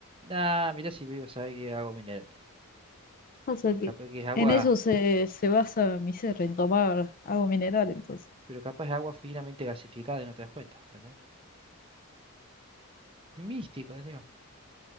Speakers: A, on the right; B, on the left.
A: Ah, mira si vivo, sabe que es agua mineral.
B: Pasa que
A: Capaz que es agua,
B: en eso se, se basa mi ser, en tomar agua mineral, entonces.
A: pero capaz es agua finamente gasificada y no te das cuenta, ¿entendés? Místico encima.